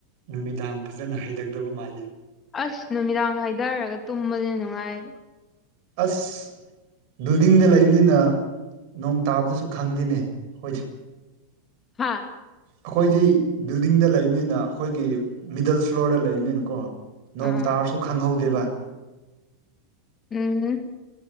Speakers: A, on the right; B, on the left.
A: ꯅꯨꯃꯤꯗꯥꯡ ꯐꯖꯅ ꯍꯩꯗꯗꯕ ꯃꯥꯜꯂꯦ
B: ꯑꯁ ꯅꯨꯃꯤꯗꯥꯡ ꯍꯥꯏꯊꯔꯒ ꯇꯨꯝꯕꯁ ꯅꯨꯡꯉꯥꯏꯔꯦ
A: ꯑꯁ ꯕꯤꯜꯗꯤꯡꯗ ꯂꯩꯕꯅꯤꯅ ꯅꯣꯡ ꯇꯥꯕꯗꯁꯨ ꯈꯪꯗꯦꯅꯦ ꯈ‌ꯣꯏꯗꯤ
B: ꯍꯥꯥ
A: ꯑꯩꯈꯣꯏꯒꯤ ꯕꯤꯜꯗꯤꯡꯗ ꯂꯩꯕꯅꯤꯅ ꯑꯩꯈꯣꯏꯒꯤ ꯃꯤꯗꯜ ꯐ꯭ꯂꯣꯔꯗ ꯂꯩꯕꯅꯤꯅꯀꯣ
B: ꯑꯥ
A: ꯅꯣꯡ ꯇꯥꯔꯁꯨ ꯈꯪꯍꯧꯗꯦꯕ
B: ꯎꯝ